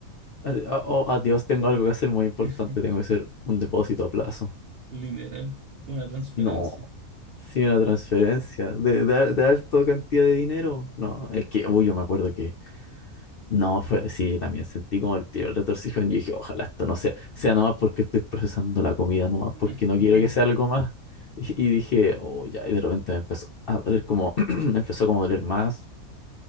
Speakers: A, on the left (about 55°); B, on the right (about 55°).
A: Así, ah, Oh, adiós, tengo algo que hacer muy importante,
B: <laughs>
A: tengo que hacer un depósito a plazo.
B: Literal, una transferencia.
A: No. Sí, una transferencia de, de, de alta cantidad de dinero. No, es que, uy, yo me acuerdo que No, fue, sí, yo también sentí como el tiro, el retorcijón. Yo dije, ojalá esto no sea, sea nomás porque estoy procesando la comida, nomás
B: <laughs>
A: porque no quiero que sea algo más. Y, y dije, oh, ya, y de repente me empezó a doler como, <clears throat> me empezó como a doler más